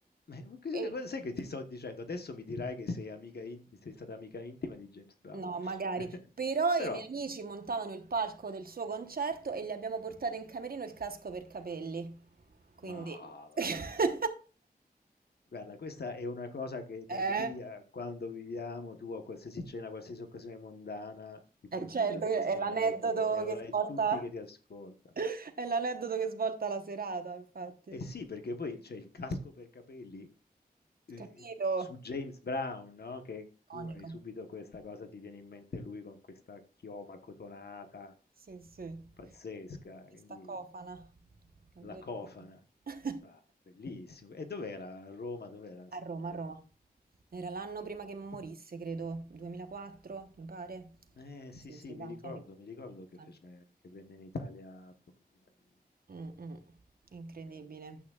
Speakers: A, on the left; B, on the right.
A: eh, Ma che-
B: e...
A: che- Sai che ti sto dicendo? Adesso mi dirai che sei amica in- sei stata amica intima di James Brown.
B: No, magari.
A: <laughs>
B: Però
A: Però
B: i miei amici montavano il palco del suo concerto e gli abbiamo portato in camerino il casco per capelli. Quindi...
A: Ma
B: <laughs>
A: vabbè. Guarda, questa è una cosa che da
B: Eh?
A: qui a quando viviamo tu a qualsiasi cena, qualsiasi occasione mondana, ti
B: Eh,
A: puoi
B: certo,
A: giocare
B: è
A: questo
B: l'aneddoto
A: aneddoto e avrai
B: che svolta,
A: tutti che ti ascoltano.
B: <laughs> è l'aneddoto che svolta la serata, infatti.
A: E sì, perché poi c'è il casco per capelli eh,
B: Capito?
A: su James Brown, no? Che
B: Iconico.
A: tu hai subito questa cosa, ti viene in mente lui con questa chioma cotonata
B: Sì, sì.
A: pazzesca,
B: Questa
A: quindi
B: cofana. È vero.
A: la cofana.
B: <laughs>
A: Ah, bellissimo. E dov'era? A Roma, dov'era questo
B: A Roma,
A: concerto?
B: a Roma. Era l'anno prima
A: Ah.
B: che morisse, credo, 2004, mi pare.
A: Eh sì,
B: Sì,
A: sì,
B: sì,
A: mi
B: tanti
A: ricordo,
B: anni fa.
A: mi ricordo che
B: Tanti
A: fece, che venne in Italia poco prima di
B: anni fa. Mm, mm. Incredibile.
A: morire.